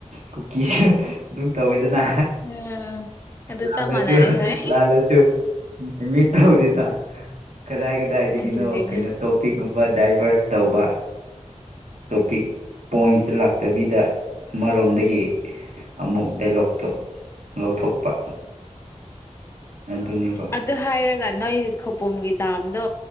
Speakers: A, on the right; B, on the left.
A: ꯀꯨꯀꯤꯁꯨ ꯑꯗꯨꯝ ꯇꯧꯋꯦ ꯑꯗꯨꯅ
B: ꯎꯝ ꯑꯗꯨ
A: ꯂꯥꯜꯂꯁꯨ
B: ꯆꯞ ꯃꯥꯟꯅꯔꯦ ꯍꯣꯏ
A: ꯂꯥꯜꯂꯁꯨ ꯃꯤ ꯇꯧꯗꯦꯅ ꯎꯝ ꯀꯗꯥꯏ ꯀꯗꯥꯏꯗꯒꯤꯅꯣ
B: ꯑꯗꯨꯒꯤꯅꯦ
A: ꯀꯩꯅꯣ ꯇꯣꯄꯤꯛꯨꯝꯕ ꯕ ꯗꯥꯏꯚꯔꯁ ꯇꯧꯕ ꯇꯣ ꯄꯛ ꯄꯣꯏꯟꯁ ꯇꯥꯛ ꯇꯕꯤꯗ ꯑꯃꯔꯣꯝꯗꯒꯤ ꯑꯃꯨꯛ ꯗꯥꯏꯂꯣꯛꯇꯣ ꯂꯧꯊꯣꯛꯄ ꯑꯗꯨꯅꯦꯕ
B: ꯑꯗꯨ ꯍꯥꯏꯔꯒ ꯅꯣꯏ ꯈꯄꯣꯝꯒꯦꯗꯗꯥ ꯗꯣ